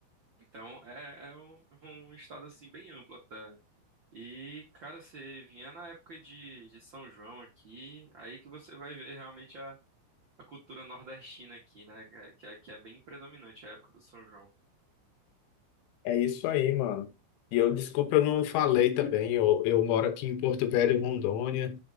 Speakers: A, on the right (about 80°); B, on the left (about 85°).
A: Então, é, é um, <laughs> um estado assim bem amplo até. E, cara, você vier na época de, de São João aqui, aí que você vai ver realmente a, a cultura nordestina aqui, né? Que, é- que é bem predominante a época do São João.
B: É isso aí, mano. E eu, desculpa, eu não falei também. Eu, eu moro aqui em Porto Velho, Rondônia.